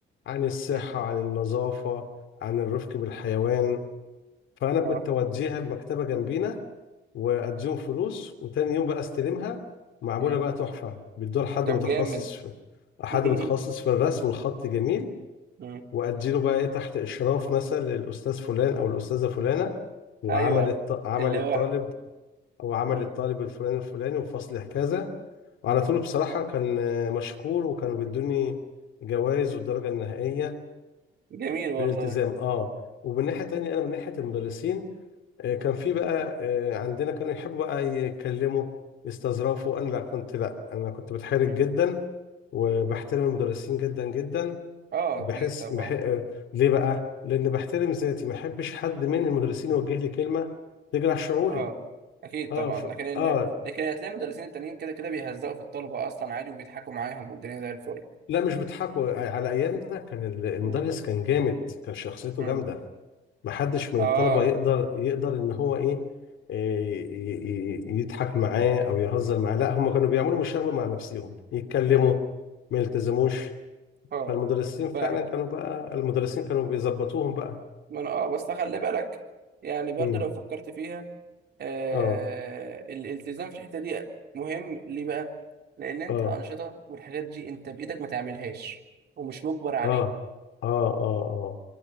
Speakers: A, on the left; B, on the right.
A: عن الصحة
B: م-
A: عن النظافة عن الرفق بالحيوان فانا كنت
B: اه
A: اوديها المكتبة جنبينا واديهم فلوس وتاني يوم بقى استلمها معمولة
B: م.
A: بقى تحفة بيدوها لحد
B: طب
A: متخصص
B: جامد
A: في حد
B: <laughs>
A: متخصص في الرسم والخط جميل
B: م.
A: واديله بقى ايه تحت اشراف مثلا للاستاذ فلان او الاستاذه فلانه وعمل
B: ايوه
A: الط... عمل
B: اللوح
A: الطالب او عمل
B: م-
A: الطالب الفلاني الفلاني وفصل كذا وعلى
B: م.
A: طول بصراحه كان آه، مشكور وكانوا بيدوني جوائز والدرجه النهائيه
B: جميل والله
A: بالالتزام اه
B: <laughs>
A: ومن
B: م-
A: ناحيه تانية انا من ناحيه المدرسين آه،
B: م-
A: كان في بقى آه، عندنا كانوا يحبوا بقى يتكلموا يستظرفوا انا لا كنت لا انا كنت بتحرج
B: م.
A: جدا وبحترم المدرسين جدا جدا
B: اه
A: بحس
B: اكيد طبعا
A: بح... آه، ليه بقى؟ لأن بحترم ذاتي ما أحبش حد من المدرسين يوجه لي كلمة تجرح شعوري
B: اه اكيد
A: اه
B: طبعا
A: ف...
B: لكن ال...
A: اه
B: لكن هتلاقي المدرسين التانيين كده كده بيهزقوا في الطلبه اصلا عادي وبيضحكوا معاهم والدنيا زي الفل
A: لا مش بيضحكوا على أيامنا كان ال- المدرس
B: مم.
A: كان جامد كان شخصيته
B: مم.
A: جامدة ما حدش من
B: اه
A: الطلبة يقدر يقدر إن هو إيه آه، ي- ي- يضحك معاه أو يهزر معاه لا هم كانوا بيعملوا مشاغبة مع نفسهم يتكلموا
B: مم.
A: ما يلتزموش
B: اه
A: فالمدرسين فعلا
B: فاهم
A: كانوا بقى المدرسين كانوا بيظبطوهم بقى
B: ما انا اه بس خلي بالك يعني برضو
A: امم
B: لو فكرت فيها آه...
A: اه
B: الالتزام في الحته دي مهم ليه بقى لان انت
A: اه
B: الانشطه والحاجات دي انت بايدك ما تعملهاش ومش مجبر عليها
A: اه اه اه اه